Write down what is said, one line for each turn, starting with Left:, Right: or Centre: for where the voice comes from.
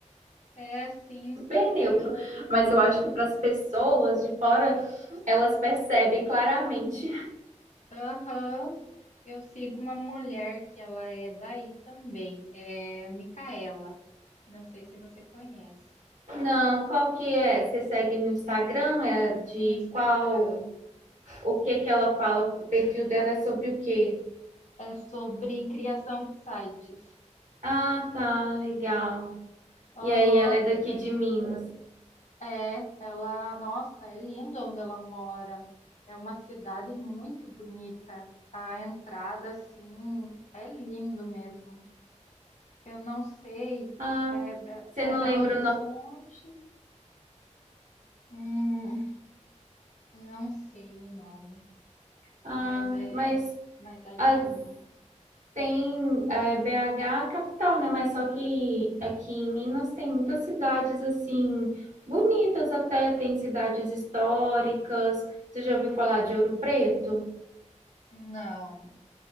Left: É assim,
Right: super neutro.
Left: eu,
Right: Mas eu acho que para as pessoas de fora, elas percebem claramente.
Left: aham. eu sigo uma mulher que ela é daí também, é Micaela. Não sei se você conhece.
Right: Não, qual que é? Você segue no Instagram? É de
Left: No Instagram
Right: qual? O que que ela fala? O perfil dela é sobre o quê?
Left: é sobre criação de sites.
Right: Ah, tá, legal.
Left: Aham,
Right: E aí, ela é daqui
Left: ela é
Right: de
Left: muito
Right: Minas.
Left: É, ela, nossa, é linda onde ela mora. É uma cidade muito bonita. A entrada, assim, é lindo mesmo. Eu não sei,
Right: Ah,
Left: é, Be-
Right: você
Left: é
Right: não
Left: Belo
Right: lembra
Left: Horizonte,
Right: o nome?
Left: hum, não sei o nome,
Right: Ah,
Left: mas é,
Right: mas
Left: mas é lindo.
Right: ah, tem é, BH a capital, né? Mas só que aqui em Minas tem muitas cidades assim bonitas até, tem cidades históricas. Você já ouviu falar de Ouro Preto?
Left: Não.